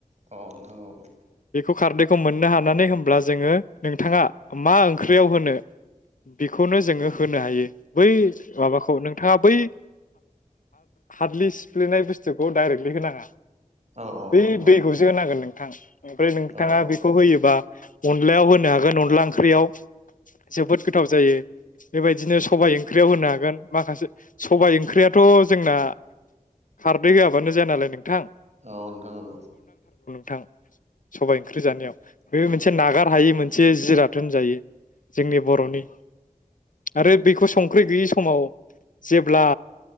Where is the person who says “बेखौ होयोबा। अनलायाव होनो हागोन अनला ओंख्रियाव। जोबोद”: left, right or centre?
Left